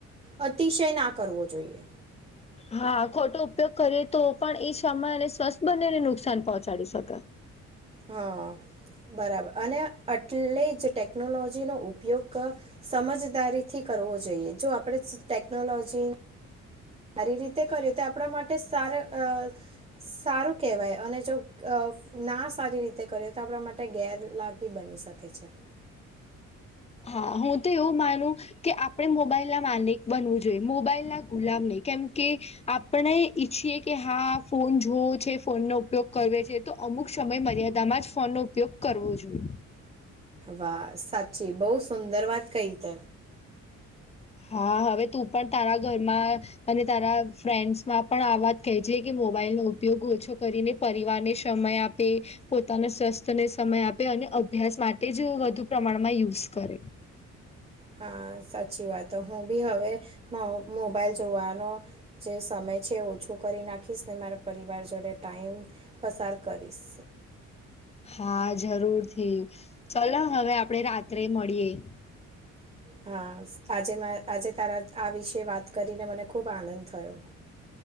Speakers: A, on the right; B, on the left.
A: અતિશય ના કરવો જોઈએ.
B: હા ખોટો ઉપયોગ કરીએ તો પણ એ સમ્ષય અને સ્વસ્થ બનેને નુકસાન પહોંચાડી શકે.
A: હા. બરાબર. અને એટલે જ ટેકનોલોજીનો ઉપયોગ સમજદારીથી કરવો જોઈએ. જો આપડે ટેકનોલોજી સારી રીતે કરીયું તો આપણા માટે સારા સારું કહેવાય. અને જો ના સારી રીતે કર્યો તો આપણા માટે ગેરલાભી બની શકે છે.
B: હા હું તો એવ માનું. કે આપણે મોબાઈલ ના માલિક બનવું જોઈએ. મોબાઈલ ના ગુલામને કેમ કે આપણે ઈચ્છીએ કે હા ફોન જોવો છે. ફોનનો ઉપયોગ કર છે તો અમુક સમય મર્યાદામાં જ ફોનનો ઉપયોગ કરવો જોઈએ.
A: વાહ સાચી બહુ સુંદર વાત કહી ત.
B: હા હવે તું પણ તારા ઘરમાં. અને તારા ફ્રેન્ડ્સમાં પણ આ વાત કહે છે કે મોબાઈલ નો ઉપયોગ ઓછો કરીને. પરિવાર ને સમય આપે. પોતાના સ્વસ્થને સમય આપે અને અભ્યાસ માટે જ વધુ પ્રમાણમાં યુઝ કરે.
A: હા સાચી વાત. તો હું બી હવે મો મોબાઈલ જોવાનો જે સમય છે ઓછો કરી નાખીશ ને મારા પરિવાર જોડે ટાઈમ પસાર કરીશ.
B: હા જરૂરથી ચલો હવે આપડે રાત્રે મળીએે.
A: હા આજે મા આજે તારા આ વિશે વાત કરીને મને ખૂબ આનંદ થયો.